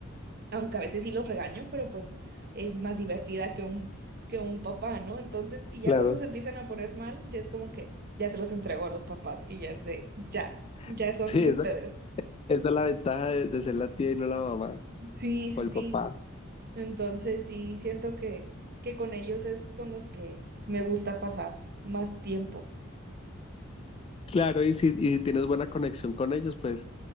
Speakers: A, on the right; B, on the left.
A: aunque a veces sí los regaño, pero pues es más divertida que un, que un papá, ¿no? Entonces, y ya
B: claro.
A: cuando se empiezan a poner mal, ya es como que ya se los entregó a los papás y ya es de, ya, ya
B: <laughs>
A: son
B: Sí,
A: de
B: esa,
A: ustedes.
B: esa es la ventaja de, de ser la tía y no la mamá
A: Sí, sí,
B: o el
A: sí.
B: papá.
A: Entonces, sí, siento que, que con ellos es con los que me gusta pasar más tiempo.
B: Claro, y si, y si tienes buena conexión con ellos, pues,